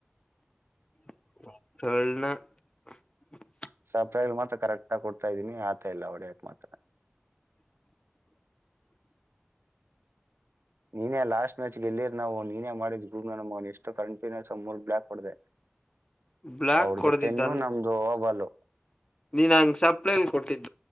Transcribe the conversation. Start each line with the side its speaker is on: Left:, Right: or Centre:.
Left: <unintelligible>
Right: ಸಪ್ರೈಲ್ ಮಾತ್ರ ಕರೆಕ್ಟ್ಗ ಕೊಡ್ತಾ ಇದ್ದೀನಿ ಆತ ಇಲ್ಲ ಹೊಡೆಯಕ್ ಮಾತ್ರ
Left: <inaudible>
Right: ನೀನೇ ಲಾಸ್ಟ್ ಮ್ಯಾಚ್ಗೆ ಎಲ್ಲಿರ್ ನಾವು ನೀನೇ ಮಾಡಿದ್ ಗ್ರೂಪ್ ನ ನ ಎಷ್ಟು ಕನ್ಫಿನ್ಯೂನ್ಸ್ ಮೂರ್ ಬ್ಲಾಕ್ ಕೊಡ್ದದೆ
Left: ಬ್ಲಾಕ್
Right: ಅವ್ರ
Left: ಕೊಡ್ದಿದ್ದ
Right: ಜೊತೆನ್ನು
Left: ಅಲ್
Right: ನಮ್ದು ಹಬಲು
Left: ನೀನ್ ಹಂಗ್ ಸಪ್ಲೈಲ್ ಕೊಟ್ಟಿದ್ದಿ